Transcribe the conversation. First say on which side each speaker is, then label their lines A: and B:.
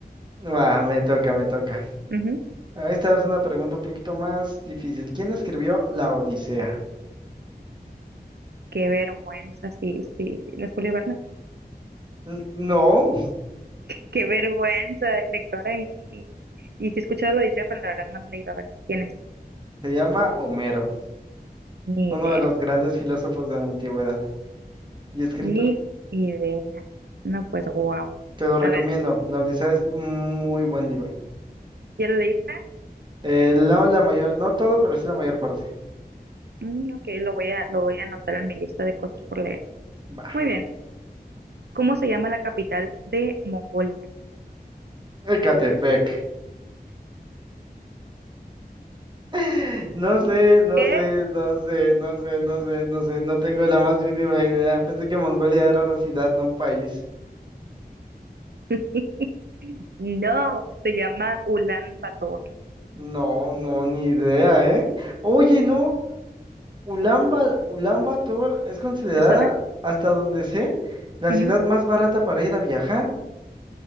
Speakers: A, on the right; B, on the right.
A: Va, me toca, me toca.
B: Ujú.
A: Ah, Esta es una pregunta un poquito más difícil. ¿Quién escribió La Odisea?
B: Qué vergüenza, sí, sí, no es Julio Verne.
A: N- No,
B: Qué vergüenza, lectora. Y, y, y sí he escuchado lo dice, pero la verdad no le iba a ver quién es.
A: se llama Homero,
B: Ni
A: uno
B: idea,
A: de los grandes filósofos de la antigüedad y escritor.
B: ni idea. No, pues, wow.
A: Te lo recomiendo.
B: A ver,
A: La Odisea es muy buen libro.
B: ¿ya lo leíste?
A: Eh, no la mayor, no todo, pero sí la mayor parte.
B: Mm, ok, lo voy a, lo voy a anotar en mi lista de cosas por leer.
A: Va,
B: Muy bien. ¿Cómo se llama la capital de Mongolia?
A: Ecatepec. <laughs> No sé, no
B: ¿Qué?
A: sé, no sé, no sé, no sé, no sé, no tengo la más mínima idea. Pensé que Mongolia era una ciudad, no un país.
B: <laughs> No, se llama Ulan Bator.
A: No, no, ni idea, ¿eh? Oye, no, Ulamba, Ulan Bator es considerada,
B: ¿Te suena?
A: hasta donde sé, la
B: Ujú.
A: ciudad más barata para ir a viajar.